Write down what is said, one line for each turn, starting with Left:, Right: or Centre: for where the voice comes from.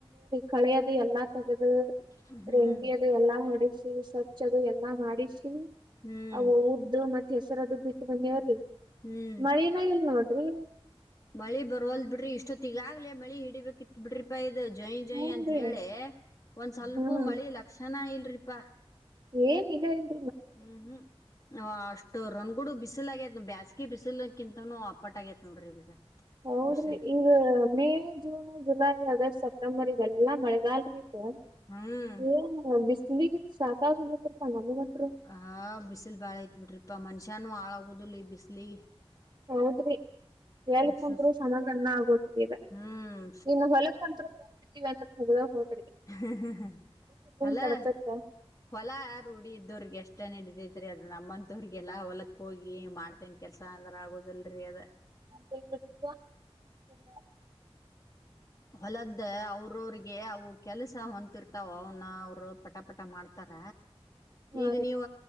Right: ಕಳೆಯದು ಎಲ್ಲಾ ತಗದು.
Left: ಹ್ಮ್
Right: ರೆಂಟಿ ಅದು ಎಲ್ಲಾ ಹೊಡಿಸ್. <unintelligible> ಹಚ್ ಅದು ಎಲ್ಲಾ ಮಾಡಿಸಿ.
Left: ಹ್ಮ್
Right: ಅದು <unintelligible> ಮತ್ತ ಹೆಸರ ಅದು ಬಿತ್ತ ಬಂದೆವ್ರೀ.
Left: ಹ್ಮ್
Right: ಮಳಿನ ಇಲ್ಲ ನೋ ಟ್ರಿ
Left: ಮಳಿ ಬರುವಲ್ ಬಿಡ್ರಿ ಇಷ್ಟೊತ್ತ ಈಗಾಗಲೇ ಮಳಿ ಹಿಡಿಬೇಕಿತ್ ಬಿಡ್ರಿ ಪ ಇದ. ಜೈ ಜೈ
Right: ಹೂನ್ರಿ
Left: ಅಂತ ಹೇಳಿ ಒಂದ್ ಸ್ವಲ್ಪ್
Right: ಹ್ಮ್
Left: ಮಳಿ ಲಕ್ಷಣ ಇ ಟ್ರಿಪಾ
Right: ಏನ್ <unintelligible>
Left: ಹ್ಮ್ ಹ್ಮ್ ಅಷ್ಟು ರನ್ಗೂಡ ಬಿಸಿಲ ಆಗೇತ್ ಬ್ಯಾಸಿಗೆ ಬಿಸಿಲಕಿಂತನು ಅಪ್ಪಾಟ್ ಆಗೇತ್ ನೋಡ್ರಿ.
Right: ಹೌದ್ರಿ
Left: ಬಿಸಿಲ್
Right: ಈಗ May June July August September. ಎಲ್ಲಾ ಮಳಗಾಲ ರಿ. ಹ
Left: ಹ್ಮ್
Right: ಏನಿಲ್ಲ ಬಿಸಲಿಗ. ಸಾಕಾಗೋಗೈತ್ರಿಪ್ಪ ನನಗಂತೂ.
Left: ಹ ಬಿಸಿಲ್ ಬಾಳ ಐತ್ ಬಿಡ್ರಿ. <unintelligible> ಮನುಷ್ಯಾನನು ಆಳಾಗುದಿಲ್ಲ ಈ ಬಿಸಲಿಗೆ.
Right: ಹೌದ್ರಿ ಎಲ್ ಕುಂತ್ರು
Left: ಸುಸ್
Right: ಸಮಾದಾನ್ನ ಆಗೋಲ್ತರಿ ಈಗ
Left: ಹ್ಮ್
Right: ಇನ್ನು ಹೊಲಕಂತರು. <unintelligible>
Left: ಹ್ಮ್ ಹ್ಮ ಹಲೋ
Right: ಕಡತಕ್ಕ
Left: ಹೊಲ ರೂಢಿ ಇದ್ದವ್ರಿಗೆ ಅಷ್ಟ ನಡಿತತಿ. ರಿ ಅದ್ ನಮ್ಮಂತವ್ರಿಗೆಲ್ಲ ಹೊಲಕ್ಕ ಹೋಗಿ ಮಾಡ್ತೇನ್ ಕೆಲ್ಸ ಅಂದ್ರ ಆಗೋದಲ್ರರಿ ಅದು.
Right: <unintelligible>
Left: ಹೊಲದ್ ಅವ್ರವ್ರಿಗೆ ಅವು ಕೆಲಸ ಹೊಂತಿರ್ತಾವ ಅವನ್ನ ಅವರು ಪಟ ಪಟ ಮಾಡ್ತಾರ.
Right: ಹಾ
Left: ಈಗ
Right: ರೀ
Left: ನೀವ